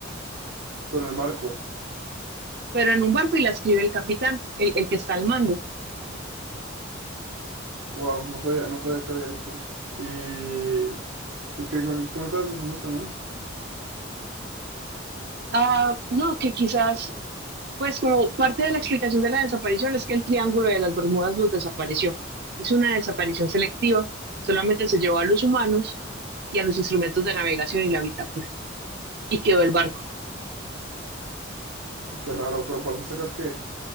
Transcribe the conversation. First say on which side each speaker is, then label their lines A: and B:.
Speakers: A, on the right (about 85°); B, on the right (about 55°).
A: pero en el barco.
B: pero en un barco y la escribe el capitán, el, el que está al mando.
A: Wow, no sabía, no sabía que había eso. Y, y que, que- que estabas diciendo también,
B: Ah, no, que quizás, pues como parte de la explicación de la desaparición es que el Triángulo de las Bermudas los desapareció. Hizo una desaparición selectiva, solamente se llevó a los humanos y a los instrumentos de navegación y la bitácora, y quedó el barco.
A: qué raro, pero aparte sacas que,